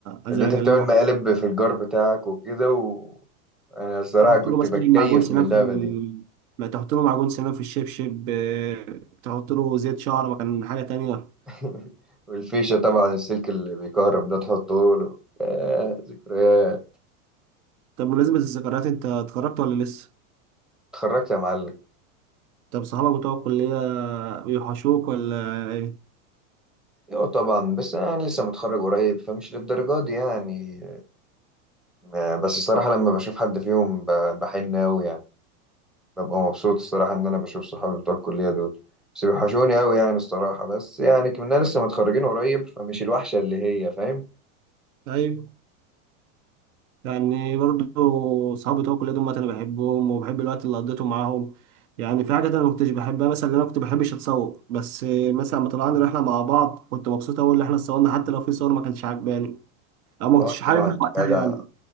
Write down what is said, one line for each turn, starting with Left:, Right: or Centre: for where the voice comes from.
Right: آه،
Centre: اللي
Right: ازعج
Centre: انت بتعمل
Right: يعني لو
Centre: مقالب في الجار بتاعك وكده و... انا الصراحه
Right: تحط
Centre: كنت
Right: له مثلا
Centre: بتكيف
Right: معجون سنان
Centre: من اللعبه
Right: في ال...
Centre: دي
Right: ما تحط له معجون سنان في الشبشب آه، تحط له زيت شعر ما كان حاجه تانية
Centre: <laughs> والفيشه طبعا السلك اللي بيكهرب ده تحطه له يا ذكريات
Right: طب بمناسبة الذكريات انت اتخرجت ولا لسه؟
Centre: اتخرجت يا معلم
Right: طب صحابك بتوع الكلية بيوحشوك ولا ايه؟
Centre: ايوه طبعا بس انا لسه متخرج قريب فمش للدرجه دي يعني آه، بس الصراحه لما بشوف حد فيهم ب- بحن قوي يعني ببقى مبسوط الصراحه ان انا بشوف صحابي بتوع الكليه دول بس بيوحشوني قوي يعني الصراحه بس يعني كنا لسه متخرجين قريب فمش الوحشه اللي هي فاهم
Right: طيب. يعني برضو صحابي بتوع الكلية دول أنا بحبهم وبحب الوقت اللي قضيته معاهم يعني في حاجات أنا ما كنتش بحبها مثلا إن أنا كنت بحبش أتصور بس مثلا لما طلعنا رحلة مع بعض كنت مبسوط أوي إن إحنا اتصورنا حتى لو في صور ما كانتش عجباني أو ما كنتش
Centre: اه
Right: حاببها
Centre: طبعا
Right: وقتها
Centre: يا جدع
Right: يعني